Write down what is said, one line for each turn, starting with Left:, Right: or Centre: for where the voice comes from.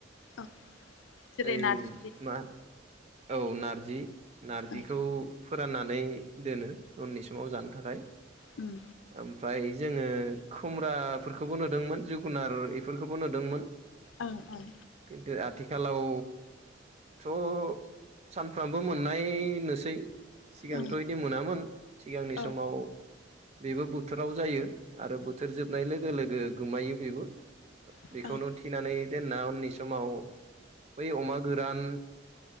Left: औ जेरै
Right: ओइ
Left: नारजि
Right: मा औ नारजि नारजिखौ
Left: ओं
Right: फोराननानै दोनो उननि समाव जानो थाखाय।
Left: उम
Right: ओमफ्राय जोङो खुम्ब्राफोरखोबो नुदोंमोन जोगुनार इफोरखोबो नुदोंमोन।
Left: ओं ओं
Right: किन्टु आथिखालाव थ' सानफ्रामबो मोननाय नोसै सिगां
Left: उम
Right: बिदि मोनामोन सिगांनि
Left: औ
Right: समाव। बेबो बोथोराव जायो आरो बोथोर जोबनाय लोगो लोगो गोमायो बेबो
Left: ओं
Right: बेखौनो थिनानै दोनना उननि समाव बै अमा गोरान